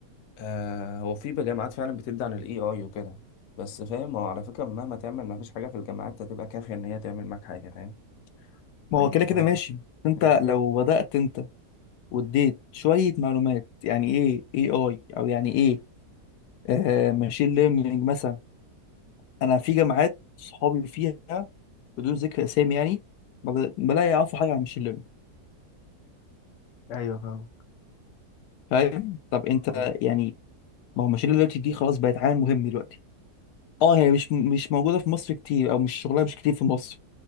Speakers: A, on the left; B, on the left.
A: آه هو في جامعات فعلا بتبدأ عن الاي اي وكده بس فاهم هو على فكرة مهما تعمل ما فيش حاجة في الجامعات هتبقى كافية ان هي تعمل معاك حاجة فاهم
B: ما
A: فالموضوع
B: هو كده كده ماشي انت
A: مم.
B: لو بدأت انت واديت شوية معلومات يعني ايه اي اي او يعني ايه آه ماشين ليرنينج مثلا انا في جامعات صحابي فيها بدون ذكر اسامي يعني ما بلا يعرفوا حاجة عن ماشين ليرنينج
A: ايوه فاهمك
B: فاهم طب انت
A: م-م.
B: يعني ما هو ماشين دلوقتي دي خلاص بقت عامل مهم دلوقتي اه هي مش مش موجوده في مصر كتير او مش شغلها مش كتير في مصر